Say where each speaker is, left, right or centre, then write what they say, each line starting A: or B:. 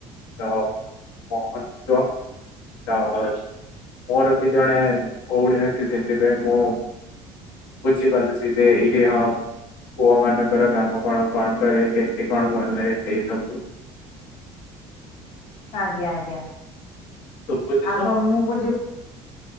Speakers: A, on the left; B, on the left.
A: ତ ମହତ୍ଵ। ତ-ଅ-ଅ ମୋର ବି ଜଣେ ଭଉଣୀ ଅଛି ସେଥିପାଇଁ ମୁଁ ବୁଝିପାରୁଛି ଯେ ଏଇଠି ହଁ ପୁଅ ମାନଙ୍କର କାମ କଣ, କଣ କରେ, କେମିତି କଣ ଭଲ ଲାଗେ ସେଇ ସବୁ।
B: ଆଜ୍ଞା ଆଜ୍ଞା
A: ଶୁଭୁଛି
B: ଆପଣ
A: ତ?
B: ମୁଁ ବୁଝି